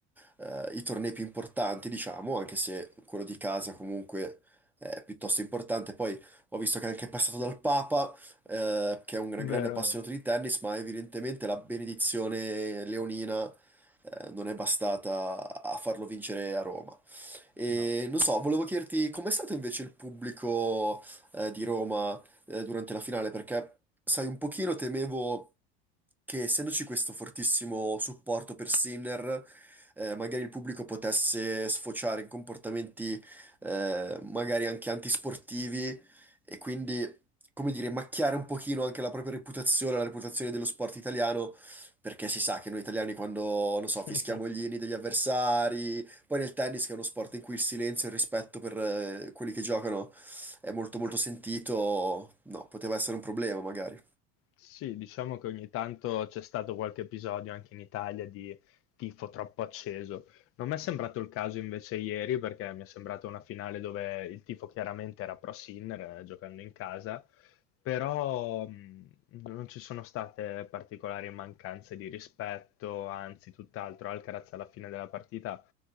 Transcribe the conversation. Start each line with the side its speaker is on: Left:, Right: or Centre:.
Centre: eh, i tornei più importanti, diciamo, anche se quello di casa comunque è piuttosto importante. Poi ho visto che è anche passato dal Papa, eh, che è un grande
Left: Vero,
Centre: appassionato
Left: vero.
Centre: di tennis, ma evidentemente la benedizione leonina, eh, non è bastata a farlo vincere a Roma. E
Left: no.
Centre: non so, volevo chiederti com'è stato invece il pubblico eh, di Roma eh, durante la finale, perché sai, un pochino temevo che essendoci questo fortissimo supporto per Sinner, eh, magari il pubblico potesse sfociare in comportamenti eh, magari anche antisportivi e quindi, come dire, macchiare un pochino anche la propria reputazione, la reputazione dello sport italiano, perché si sa che noi italiani quando, non so,
Left: <laughs>
Centre: fischiamo gli inni degli avversari poi nel tennis, che è uno sport in cui il silenzio e il rispetto per eh, quelli che giocano è molto molto sentito, no, poteva essere un problema magari.
Left: Sì, diciamo che ogni tanto c'è stato qualche episodio anche in Italia di tifo troppo acceso. Non mi è sembrato il caso invece ieri, perché mi è sembrata una finale dove il tifo chiaramente era pro Sinner, eh, giocando in casa, però mh, non ci sono state particolari mancanze di rispetto, anzi tutt'altro. Alcaraz alla fine della partita